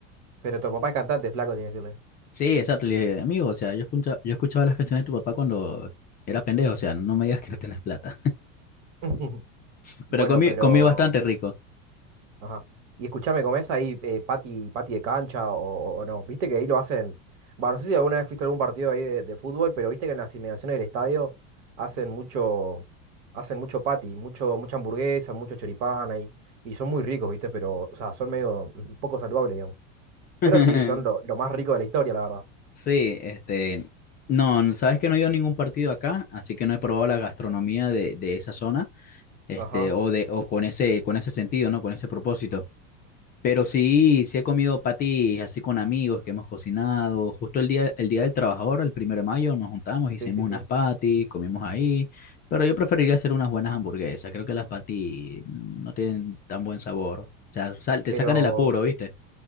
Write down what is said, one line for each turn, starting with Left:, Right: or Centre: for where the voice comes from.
Right: Pero tu papá es cantante, flaco, tiene que decirle.
Left: Sí, exacto. Le dije, amigo, o sea, yo escuchaba, yo escuchaba las canciones de tu papá cuando era pendejo. O sea, no me digas que no tienes plata.
Right: <laughs>
Left: <laughs>
Right: Bueno,
Left: Pero comí,
Right: pero...
Left: comí bastante rico.
Right: Ajá. Y escúchame, ¿comés ahí eh, pati, pati de cancha o, o- o no? Viste que ahí lo hacen. Bah, no sé si alguna vez fuiste a algún partido ahí de, de fútbol, pero viste que en las inmediaciones del estadio hacen mucho, hacen mucho pati, mucho, mucha hamburguesa, mucho choripán ahí. Y son muy ricos, ¿viste? Pero, o sea, son medio mm, poco saludables, digamos.
Left: <laughs>
Right: Pero sí, son lo, lo más rico de la historia, la verdad.
Left: Sí, este... No, sabes que no he ido a ningún partido acá, así que no he probado la gastronomía de, de esa zona. este,
Right: Ajá.
Left: o, de, o con ese, con ese sentido, ¿no? Con ese propósito. Pero sí, sí he comido patis así con amigos que hemos cocinado. Justo el día, el día del trabajador, el primero de mayo, nos juntamos, hicimos
Right: Sí, sí, sí.
Left: unas patis, comimos ahí. Pero yo preferiría hacer unas buenas hamburguesas. Creo que las patis no tienen tan buen sabor. O sea, sal- te
Right: Pero.
Left: sacan el apuro, ¿viste?